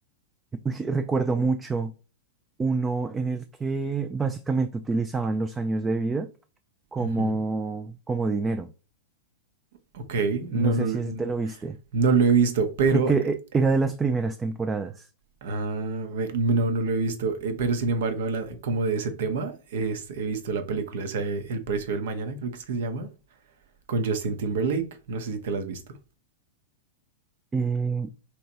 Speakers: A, on the right; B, on the right.
A: Uy, Recuerdo mucho. uno en el que básicamente utilizaban los años de vida como,
B: Ujú.
A: como dinero.
B: Ok, no
A: No
B: lo,
A: sé si ese te lo viste.
B: no lo he visto, pero...
A: Creo que eh,
B: eh,
A: era de las primeras temporadas.
B: ah, ve- no, no lo he visto. eh, pero sin embargo, habla- como de ese tema, es- he visto la película esa, de El precio del mañana, creo que es que se llama, con Justin Timberlake. No sé si te la has visto.
A: Eh,